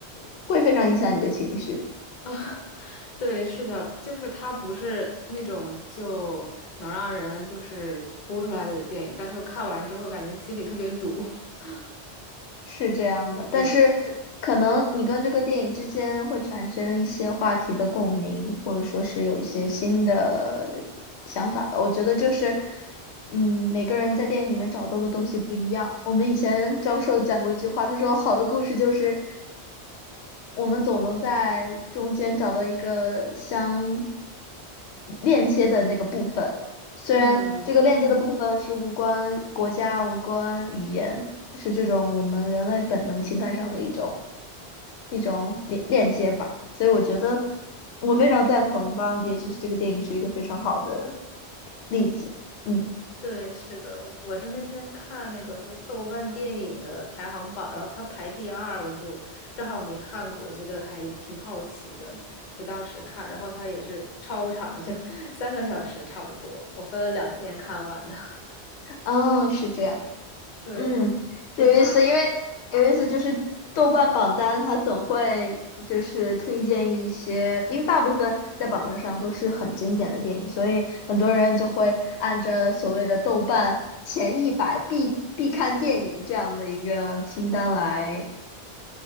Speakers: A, on the left; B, on the left.
A: 会非常影响你的情绪。
B: 啊，<laughs> 对，是的，就是它不是那种就能让人就是哭出来的电影，但是看完之后感觉心里特别堵。<laughs>
A: 是这样的，
B: 对，
A: 但是可能你跟这个电影之间会产生一些话题的共鸣，或者说是有一些新的想法吧。我觉得就是，嗯，每个人在电影里面找到的东西不一样。我们以前教授讲过一句话，他说好的故事就是，我们总能在中间找到一个相链接的那个部分。虽然这个链接的部分是无关国家、
B: 嗯
A: 无关语言，是这种我们人类本能情感上的一种一种链链接吧。所以我觉得我非常赞同《霸王别姬》这个电影是一个非常好的
B: 嗯，
A: 例子。嗯，
B: 对，是的，我是那天看那个就是豆瓣电影的排行榜，然后它排第二，我就正好没看过，我觉得还挺好奇的，就当时看，然后它也是超长，就 <laughs> 三个小时差不多，我分了两天看完的。<laughs>
A: 啊，是这样。
B: 对，
A: 嗯，
B: 就是它。
A: 有意思，因为有意思就是豆瓣榜单它总会就是推荐一些，因为大部分在榜单上都是很经典的电影，所以很多人就会按着所谓的豆瓣前一百必必看电影这样的一个清单来